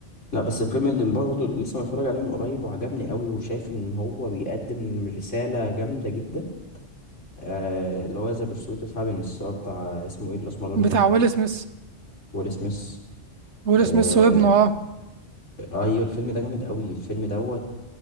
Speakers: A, on the left (about 85°); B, on the right (about 70°).
A: لا بس الفيلم اللي برضه لسه متفرج عليه من قريب وعجبني قوي وشايف ان هو بيقدم رسالة جامدة جدا آه، اللي هو ذا بيرسويت اوف هابينس هو بتاع اسمه ايه الاسمراني
B: بتاع
A: ده
B: ويل سميث
A: ويل سميث
B: ويل
A: آه،
B: سميث وابنه اه
A: آه، ايوه الفيلم ده جامد قوي الفيلم دوت